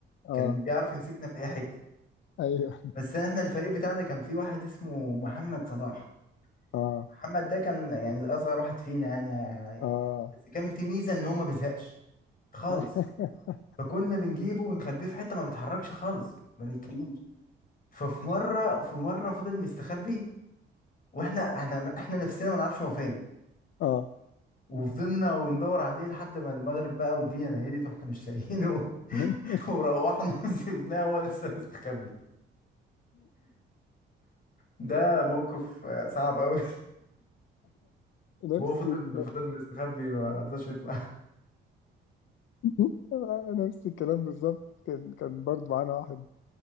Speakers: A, on the left; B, on the left.
A: اه
B: كان بيعرف يمسكنا في اي حته
A: ايوه
B: بس احنا الفريق بتاعنا كان في واحد اسمه محمد صلاح
A: اه
B: محمد ده كان يعني اصغر واحد فينا يعني, يعني
A: اه
B: بس كان في ميزه ان هو ما بيزهقش خالص
A: <laughs>
B: فكنا بنجيبه ونخبيه في حته ما بيتحركش خالص ما بيتكلمش ففي مره في مره فضل مستخبي واحنا احنا احنا نفسنا ما نعرفش هو فين
A: اه
B: وفضلنا وندور عليه لحد ما المغرب بقى والدنيا ليلت واحنا مش لاقيينه <laughs>
A: <laughs>
B: وروحنا <laughs> وسيبناه وهو لسه مستخبي ده موقف آه، صعب قوي
A: نفس
B: وهو <laughs> فضل
A: ال...
B: فضل مستخبي ما رضاش يطلع
A: <laughs> نفس الكلام بالظبط كان كان برضه معانا واحد